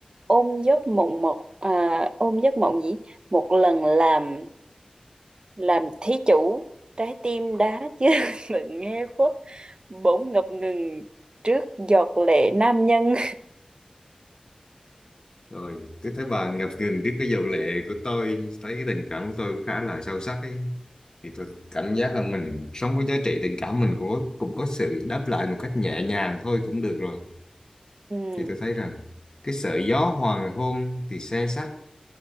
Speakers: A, on the right; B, on the left.
A: ôm giấc mộng một à, ôm giấc mộng gì một lần làm làm thí chủ trái tim đá chưa <laughs> đừng nghe khuất bỗng ngập ngừng trước giọt lệ nam nhân
B: Rồi, tôi thấy bà ngập ngừng trước cái dầu lệ của tôi, thấy cái tình cảm của tôi cũng khá là sâu sắc ấy. Thì tôi cảm giác là mình sống với giá trị tình cảm mình cũng có, cũng có sự đáp lại một cách nhẹ nhàng thôi cũng được rồi.
A: <laughs> ừ.
B: Thì tôi thấy rằng cái sợi gió hoàng hôn thì xe sắt,